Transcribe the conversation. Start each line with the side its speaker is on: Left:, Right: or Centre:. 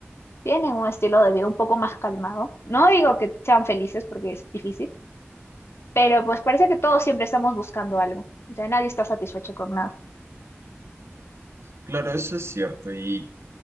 Left: tienen un estilo de vida un poco más calmado. No digo que sean felices porque es difícil, pero pues parece que todos siempre estamos buscando algo. O sea, nadie está satisfecho con nada.
Right: Claro, eso es cierto. Y